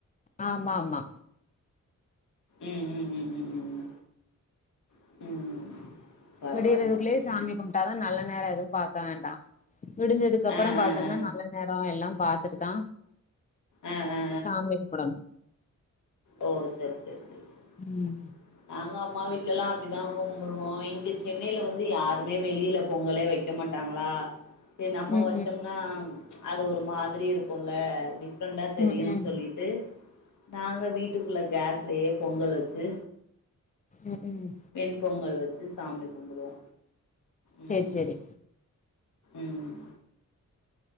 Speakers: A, on the left; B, on the left.
A: ஆமா ஆமா
B: ம் ம் ம் ம் ம் ம் ம் பரவால்ல
A: விடியறதுக்குள்ளயே சாமி
B: ம்
A: கும்ட்டாதா நல்ல நேர எதுவு பாக்க வேண்டா விடிஞ்சதுக்கு அப்புறம்
B: ஆ
A: பாத்
B: ஆ
A: தன்னா
B: ஆ ஆ
A: நல்ல நேர எல்லாம் பாத்துட்டு தா
B: ஆ ஆ
A: சாமி கும்பிடணு
B: அ சரி சரி சரி சரி
A: ம்
B: நாங்க அம்மா வீட்ல எல்லா அப்படிதா கும்பிடுவோ இங்க சென்னையில வந்து யாருமே வெளியில பொங்கலே வை க மாட்டாங்களா நம்ம
A: ம்,
B: வச்சோம்னா
A: ம்,
B: அது ஒரு மாதிரி இருக்கும்ல டிஃப்ரெண்டா தெரியும்னு
A: ம், ம்,
B: சொல்லி டு நாங்க வீட்டுக்குள்ள கேஸ்லயே பொங்கல் வச்சு
A: ம் ம்
B: வெண் பொங்கல் வச்சு சாமி கும்புடுவோ ம்
A: சரி, சரி.
B: ம்